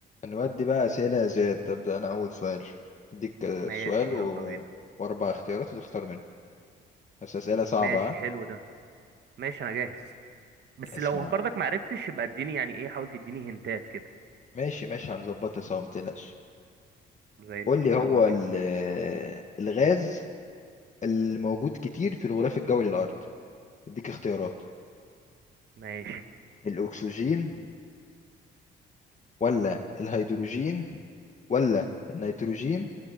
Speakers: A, on the left (about 35°); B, on the right (about 60°).
A: نودي بقى أسئلة يا زياد أبدأ أنا أول سؤال أديك آه،
B: ماشي
A: سؤال و...
B: يلا بينا
A: وأربع اختيارات وتختار منهم بس أسئلة صعبة
B: ماشي
A: ها
B: حلو ده ماشي انا جاهز بس
A: اسمع
B: لو برضك معرفتش يبقى اديني يعني ايه حاول تديني هنتات كده
A: ماشي ماشي هنظبطها سوا متقلقش
B: زي الفل
A: قول لي هو
B: يلا بينا
A: ال... آه، الغاز الموجود كتير في الغلاف الجوي للأرض أديك اختيارات
B: ماشي
A: الأكسجين ولا الهيدروجين ولا النيتروجين